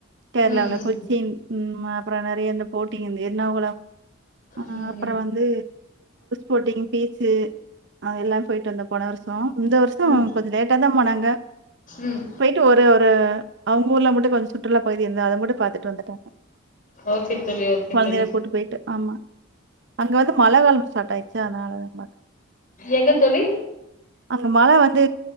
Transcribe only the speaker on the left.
ம்
ம்
ம்
ம்
ம்
ஓகே தோழி ஓகே
தோழி
எங்க தோழி